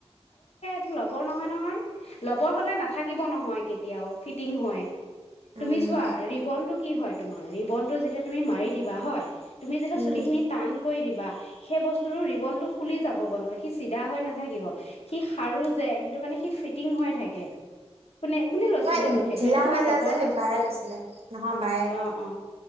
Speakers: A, on the left; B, on the right.
A: কি ল'বৰ নহয় নহয় লবৰ হলে নাথাকিব নহয় কেয়া দিয়া আও ফিত তিং হয় তুমি
B: উম
A: চোৱা ৰিবনটো কি হয় তোমাৰ ৰিবনতটো যেতিয়া তুমি মাৰি দিবা হয় তুমি যেতিয়া
B: উম
A: চুলিখিনি টান কৰি দিব বা সেই বস্তুতটো ৰিবনতটো খুলি যাবগৈ নহয় সি চিধা হৈ নাথাকিব সি সাৰো যে সেইটো কাৰণে সি ফিটিং হৈ থাকে কোনে কোনে লৈছিলেনো
B: মই
A: সেইটো
B: ঢিলা
A: এনে তোমাৰ
B: হৈ যায়
A: লগৰ
B: যে বায়ে লৈছিলে নহয় বায়ে
A: অ অ